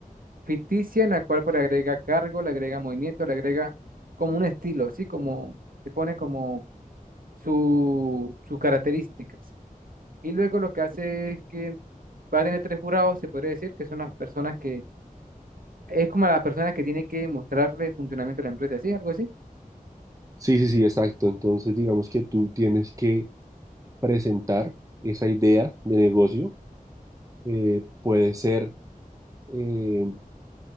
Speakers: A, on the right; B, on the right.
A: ficticia en la cual pues le agrega cargo, le agrega movimiento, le agrega como un estilo, ¿sí? Como se pone como su- sus características. Y luego lo que hace es que va a tener tres jurados, se podría decir, que son las personas que, es como la persona que tiene que mostrarle el funcionamiento de la empresa, ¿sí? Algo así.
B: Sí, sí, sí, exacto. Entonces, digamos que tú tienes que presentar esa idea de negocio. Eh, puede ser, eh,